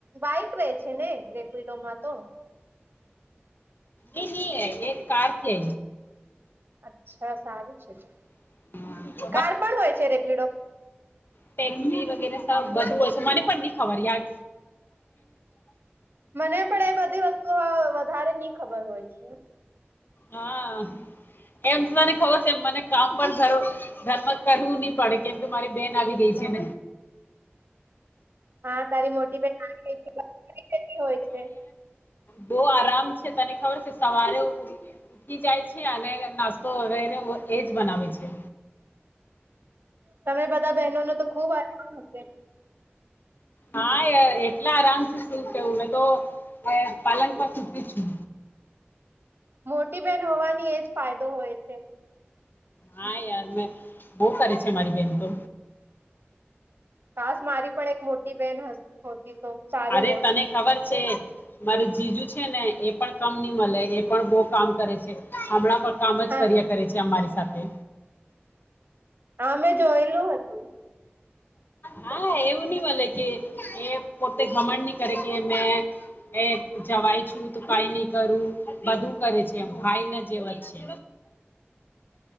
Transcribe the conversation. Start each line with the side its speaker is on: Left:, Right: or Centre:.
Right: બાઈક રે છે, ને રેપિડોમાં તો
Left: નહી એક કાર કે,
Right: અચ્છા સારું છે તો.
Left: <unintelligible>
Right: કાર પણ હોય છે રેપિડો
Left: ટેક્સી વગેરે સાવ બધું હોય છે, મને પણ ની ખબર યાર.
Right: મને પણ એ બધી વસ્તુઓ વધારે ની ખબર હોય છે.
Left: હા. એમ મને ખબર છે, મને કામ પર ભરો ધરમાં કરવું ની પડે કેમ કે મારી બેન આવી ગઈ છે. <unintelligible>
Right: હા, તારી મોટી બેન <unintelligible> હોય છે.
Left: બઉ આરામ છે. તને ખબર છે, સવારે ઉ ઉઠી જાય છે. અને નાસ્તો <unintelligible> એ જ બનાવે છે.
Right: તમે બધા બેહનો ને તો ખુબ આરામ હશે.
Left: હા, એ એટલા આરામથી શું કેવું મેં તો પાલન પર સુતી છું.
Right: <inaudible> મોટી બેન હોવાની એજ ફાયદો હોય છે.
Left: હા, યાર મે બઉ કરે છે મારી બેન તો.
Right: કાસ મારી પણ એક મોટી બેન હસ હોતી તો સારું
Left: અરે
Right: હોત.
Left: તને ખબર છે. મારે જીજુ છે ને એ પણ કમ ની મલે એ પણ બઉ કામ કરે છે. હમણાં કામ જ
Right: હા
Left: કર્યા કરે છે, અમારી સાથે.
Right: અમે જોયલું હતું.
Left: હા, એવું ની મલે કે એ પોતે ઘમંડ ની કરે કે એમને એ જવાય છું તો કાઈ ની કરું. બધુ કરે છે એમ ભાઈ ના જેવા છે.
Right: <inaudible>